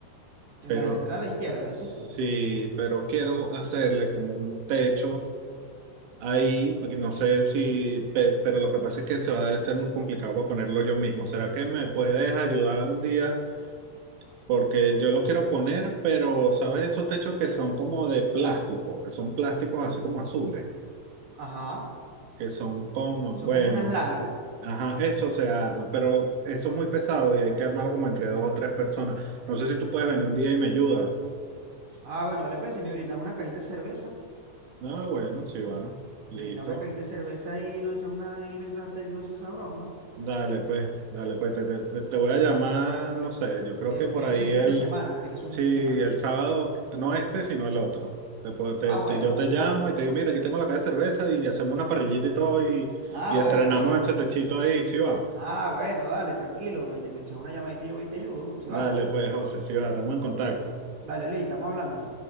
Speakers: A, on the right (about 50°); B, on the right (about 90°).
A: en
B: pero
A: la de la entrada a la izquierda,
B: sí,
A: dices tú.
B: pero quiero hacerle como un techo ahí, porque no sé si, pe- pero lo que pasa es que se va a hacer muy complicado para ponerlo yo mismo. ¿Será que me puedes ayudar un día? Porque yo lo quiero poner, pero ¿sabes esos techos que son como de plástico? Que son plásticos así como azules,
A: Ajá,
B: que son con,
A: son
B: bueno,
A: como unas láminas.
B: ajá, eso se arma, pero eso es muy pesado y hay que armarlo como entre dos o tres personas. No sé si tú puedes venir un día y me ayudas.
A: Ah, bueno, dale pues, si me brindas una cajita de cerveza,
B: No, bueno, sí va, listo.
A: me brindas una cajita de cerveza y nos echamos una ahí mientras te ayudas a esa broma.
B: Dale pues, dale pues, te, te- te- te voy a llamar, no sé, yo creo
A: Te-
B: que
A: tiene
B: por ahí
A: que ser un
B: el,
A: fin de semana, tiene que ser un
B: Sí,
A: fin
B: el
A: de semana.
B: sábado, no este, sino el otro. Te po- te-
A: Ah,
B: te-
A: bueno,
B: yo te llamo y te digo, mira, aquí tengo la caja de cerveza y hacemos una parrillita y todo y,
A: ah,
B: y estrenamos
A: bueno, está bien.
B: ese techito ahí, ¿sí va?
A: Ah, bueno, dale, tranquilo, me, me echas una llamadita y yo voy y te ayudo. Si
B: Dale,
A: va,
B: pues, José, sí va, estamos en contacto.
A: dale, Lee, estamos hablando.